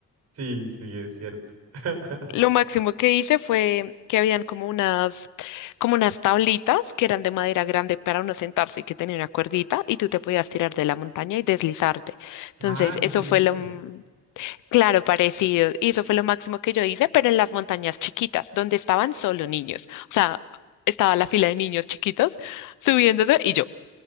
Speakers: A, on the right; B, on the left.
A: Sí, sí, es cierto. <laughs>
B: Lo máximo que hice fue que habían como unas, como unas tablitas que eran de madera grande para uno sentarse y que tenía una cuerdita y tú te podías tirar de la montaña y deslizarte. Entonces,
A: Ah,
B: eso
A: un trineo,
B: fue lo, mm,
A: no
B: claro, parecido. Y eso fue lo máximo que yo hice, pero en las montañas chiquitas, donde estaban solo niños. O sea, estaba la fila de niños chiquitos subiéndose y yo.